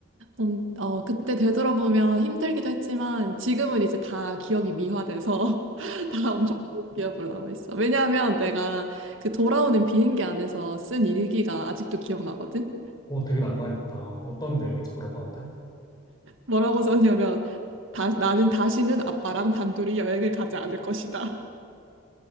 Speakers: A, on the right; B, on the left.
A: 음, 어, 그때 되돌아보면 힘들기도 했지만, 지금은 이제 다 기억이 미화돼서 <laughs> 다 엄청 좋은 기억으로 남아있어. 왜냐하면 내가 그 돌아오는 비행기 안에서 쓴 일기가 아직도 기억나거든?
B: 와, 되게 낭만 있다. 어떤 내용인지 물어봐도 돼?
A: 뭐라고 썼냐면, 다, 나는 다시는 아빠랑 단둘이 여행을 가지 않을 것이다.